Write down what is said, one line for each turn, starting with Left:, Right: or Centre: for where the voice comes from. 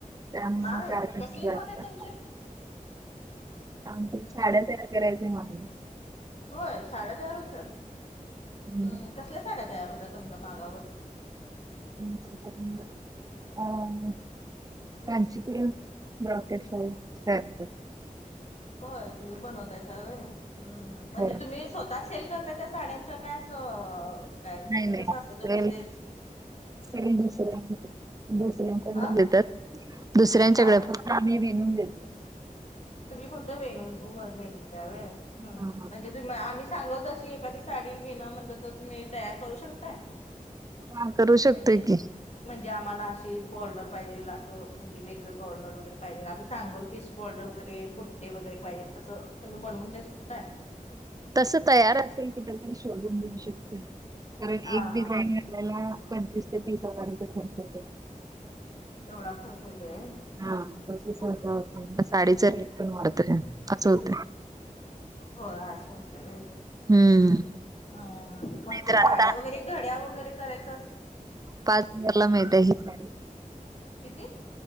Right: त्यामुळे
Left: नाव आहे
Right: गारमेंट
Left: कसले
Right: घरात
Left: नाव
Right: आहे.
Left: तुमचे
Right: आमचे साड्या तयार करायचे माग
Left: व्हय साड्या तयार होत्यात,
Right: आहेत.
Left: हम्म कसल्या साड्या तयार होतात तुमच्या मागावर?
Right: सिंथेटिक आ कांचीपुरम ब्रॉ पेशवाई असत्यात.
Left: होय तुम्ही बनवतायसा व्हय, हम्म हम्म म्हणजे
Right: हो
Left: तुम्ही स्व ता सेल करताय काय त्या साड्यांचं? काय अस काय
Right: नाही
Left: म्हणजे
Right: नाही
Left: कसं असतय
Right: सेल
Left: तुमच तेच
Right: सेल दुसऱ्यांकड, दुसऱ्यांकडन
Left: अ
Right: देतात. दुसऱ्यांच्याकड
Left: हा
Right: फक्त आम्ही विनून देतोय.
Left: तुम्ही फक्त वेणून होय विनतायं होय हम्म
Right: हा
Left: म्हणजे तु आम्ही सांगल तशी एखादी साडी विना म्हणल, तर तुम्ही तयार करू शकताय?
Right: हा करू शकतोय
Left: म्हणजे
Right: की?
Left: म्हणजे आम्हाला अशी बॉर्डर पाहिजेल, असं म्हणजे वेगळ बॉर्डर वगैरे पाहिजे आम्ही सांगल इस बॉर्डर वगैरे, बुट्टे वगैरे पाहिजे तसं, तुम्ही बनवून देवू शकताय
Right: तस तयार असेल कुठ तरी शोधून देऊ शकतोय? कारण एक
Left: हा
Right: डीझाईन
Left: हा
Right: आपल्याला पंचवीस ते तीस हजार रुपये खर्च येतोय.
Left: एवढा खर्च येतोय?
Right: हा साडीच रेट वाढतय असं होतय.
Left: होय असं होतय.
Right: हम्म
Left: अ मग
Right: नाहीतर
Left: ते साड्या
Right: आता
Left: वगैरे घड्या वगैरे करायचं आस
Right: पाच हजारला मिळतीया ही साडी
Left: किती?